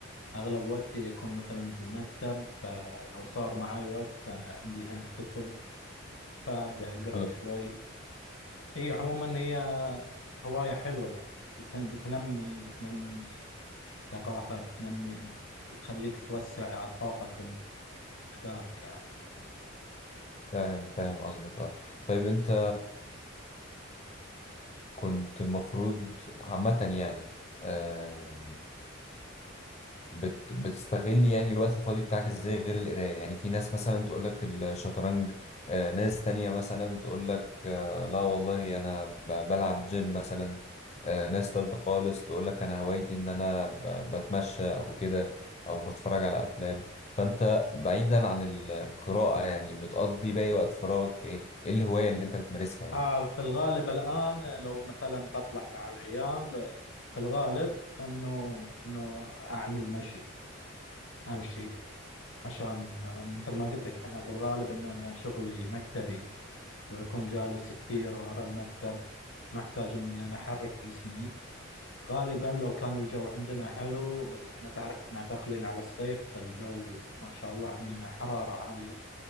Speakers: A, on the left; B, on the left.
A: أغلب وقتي يكون مثلا بالمكتب فلو صار معاي وقت أنا عندي هنا كتب فأبدأ أقرأ
B: آه.
A: شوي هي عموما هي هواية حلوة يعني بتن- بتنمي بتنمي ثقافة بتنمي بتخليك توسع آفاقك وم- والمدارك يعني
B: فاهم فاهم قصدك اه طيب انت كنت المفروض عامه يعني آه بت... بتستغل يعني الوقت الفاضي بتاعك ازاي غير القراية يعني في ناس مثلا تقول لك الشطرنج آه، ناس تانية مثلا تقول لك آه، لا والله انا ب... بلعب جيم مثلا آه، ناس تالتة خالص تقول لك انا هوايتي ان انا ب... بتمشى او كده او بتفرج على افلام فانت بعيدا عن ال- القراءة يعني بتقضي باقي وقت فراغك في ايه؟ ايه الهواية اللي انت بتمارسها يعني؟
A: آه في الغالب الآن لو مثلا بطلع مع العيال آه، في الغالب إنه إنه أعمل مشي يعني أمشي عشان آه، مثل ما قلت لك أنا في الغالب إن أنا شغلي مكتبي بكون جالس كثير ورا المكتب محتاج اني انا احرك جسمي غالبا لو كان الجو عندنا حلو بس احنا تعرف احنا داخلين على الصيف فالجو ما شاء الله عندنا حرارة عالية